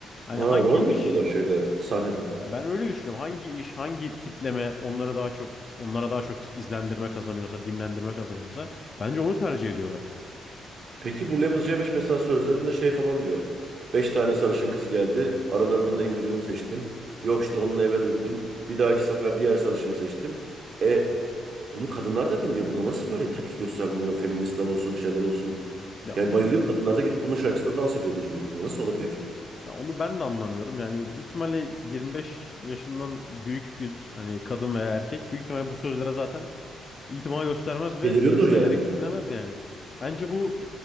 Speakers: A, on the left; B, on the right.
A: Hani
B: Ha
A: hangi
B: rol mü
A: iş
B: yapıyorlar şeyde sahnede?
A: ya ben öyle düşünüyorum. Hangi iş, hangi tipleme onlara daha çok onlara daha çok izlendirme kazanıyorsa, dinlendirme kazanıyorsa bence onu tercih ediyorlar.
B: Peki bu Level C5 mesela sözlerinde şey falan diyor. Beş tane sarışın kız geldi. Aralarından
A: Hı hı,
B: en güzelini seçtim. Yok işte
A: <laughs> hı
B: onunla
A: hı.
B: eve döndüm. Bir dahaki sefer diğer sarışını seçtim. E bunu kadınlar da dinliyor. Buna nasıl böyle tepki göstermiyor? Feministler olsun, şeyler olsun.
A: Ya
B: Yani bayılıyor. Kadınlar da gidip bunun şarkısında dans ediyor gece kulübünde. Nasıl olabiliyor ki bu?
A: Ya onu ben de anlamıyorum. Yani büyük ihtimalle 25 yaşından büyük bir hani kadın veya erkek büyük ihtimalle bu sözlere zaten itima göstermez ve
B: Deliriyordur
A: e, severek
B: yani.
A: dinlemez yani. Bence bu